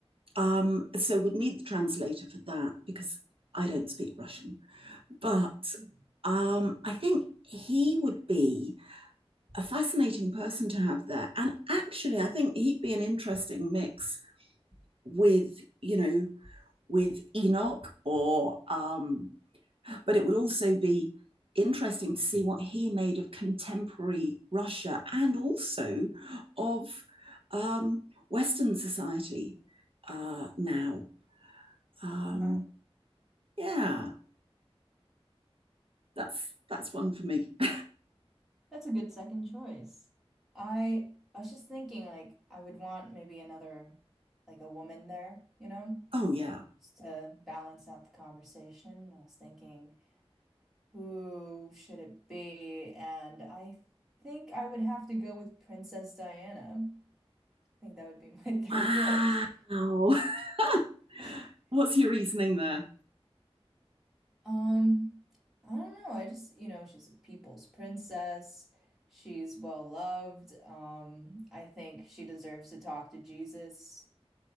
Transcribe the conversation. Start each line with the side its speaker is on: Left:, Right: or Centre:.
Right: Um, so we'd need the translator for that because I don't speak Russian. But
Centre: mhm.
Right: um, I think he would be a fascinating person to have there. And actually, I think he'd be an interesting mix with, you know, with Enoch or, um, but it would also be interesting to see what he made of contemporary Russia and also of um, Western society uh, now. Um,
Centre: Wow,
Right: yeah, that's that's one for me. <laughs>
Centre: that's a good second choice. I I was just thinking like I would want maybe another like a woman there, you know?
Right: Oh yeah.
Centre: just to balance out the conversation. I was thinking, who should it be? And I think I would have to go with Princess Diana. I think that would be my <laughs> third
Right: Wow.
Centre: choice.
Right: <laughs>
Centre: <laughs>
Right: What's your reasoning there?
Centre: Um, I don't know. I just, you know, she's a people's princess. She's well loved. Um, I think she deserves to talk to Jesus.